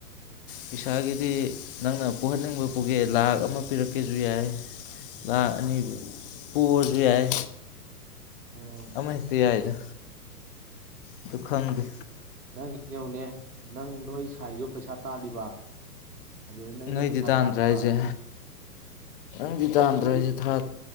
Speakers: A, on the left; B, on the right.
A: ꯄꯩꯁꯥꯒꯤꯗꯤ ꯅꯪꯅ ꯄꯨꯍꯟꯅꯤꯡꯕ ꯄꯨꯒꯦ ꯂꯥꯛꯈ ꯑꯃ ꯄꯤꯔꯛꯀꯦꯁꯨ ꯌꯥꯏ ꯂꯥꯛ ꯑꯅꯤ ꯄꯨꯔꯁꯨ ꯌꯥꯏ
B: ꯎꯝ
A: ꯑꯃꯍꯦꯛꯇ ꯌꯥꯏꯗ ꯑꯗꯨ ꯈꯪꯗꯦ
B: ꯅꯪꯒꯤ ꯌꯦꯡꯉꯨꯅꯦ ꯅꯪ ꯅꯣꯏ ꯁꯥꯏꯁꯨ ꯄꯩꯁꯥ ꯇꯥꯜꯂꯤꯕ ꯑꯗꯨꯗꯩ ꯅꯪꯖꯨ
A: ꯅꯣꯏꯗꯤ
B: ꯄꯩꯁꯥ
A: ꯇꯥꯟꯗ꯭ꯔꯥ
B: ꯇꯥꯜꯂꯤꯕ
A: ꯍꯥꯏꯁꯦ ꯅꯪꯗꯤ ꯇꯥꯗ꯭ꯔ
B: ꯑꯩꯗꯤ
A: ꯍꯥꯏꯁꯦ ꯊꯥ